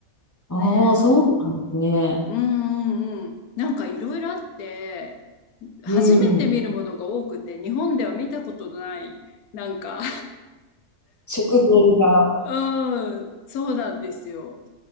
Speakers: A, on the left; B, on the left.
A: ああー、
B: ね
A: そうなんですね。
B: え、うんうんうん。なんかいろいろあって、初めて見るものが多くて、
A: うん。
B: 日本では見たことのない、なんか
A: 食材が。
B: うん、そうなんですよ。